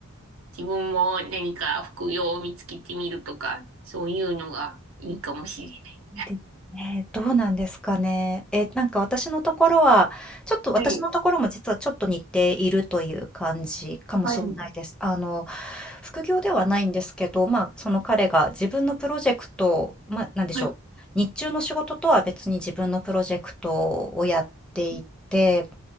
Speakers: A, on the right; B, in the centre.
A: 自分も何か副業を見つけてみるとか、そういうのがいいかもしれない。
B: で、ね、どうなんですかね。え、なんか私のところは、ちょっと私のところも実はちょっと似ているという感じかもしれないです。
A: はい、はい、
B: あの、副業ではないんですけど、まあ、その彼が自分のプロジェクトを、まあ、なんでしょう。
A: はい、
B: 日中の仕事とは別に自分のプロジェクトをやっていて、